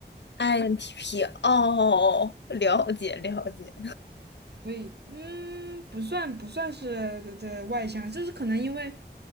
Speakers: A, on the left; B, on the right.
A: INTP 哦，了解了解。
B: <laughs> 所以嗯不算不算是的外向，就是可能因为